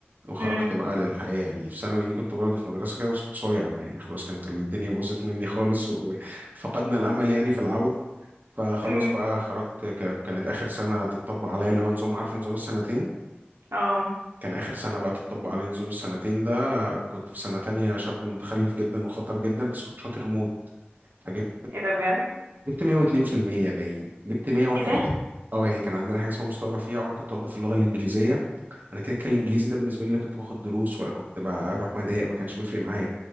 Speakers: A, on the right; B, on the right.
A: وخرجت
B: امم
A: بقى للحياة يعني في ثانوي دي كنت برضه في مدرسة كده بس كنت صايع بقى يعني خلاص كانت الدنيا باظت مني خالص وفقدنا الأمل يعني في العودة فخلاص
B: امم
A: بقى خرجت ك- كانت آخر سنة تتطبق عليا اللي هو نظام عارف نظام السنتين
B: <laughs> اه
A: كان آخر سنة بقى تتطبق عليا نظام السنتين ده كنت في سنة تانية شاب متخلف جدا وخطر جدا بس كنت شاطر موت فجبت
B: ايه ده بجد
A: جبت 102% باين جبت 100 وحاجة
B: ايه ده
A: اه يعني كان عندنا حاجة اسمها مستوى رفيع وانا كنت واخده في اللغة الإنجليزية انا كده كان الانجليزي ده بالنسبه لي لا كنت باخد دروس ولا كنت بروح مضايق ما كانش بيفرق معايا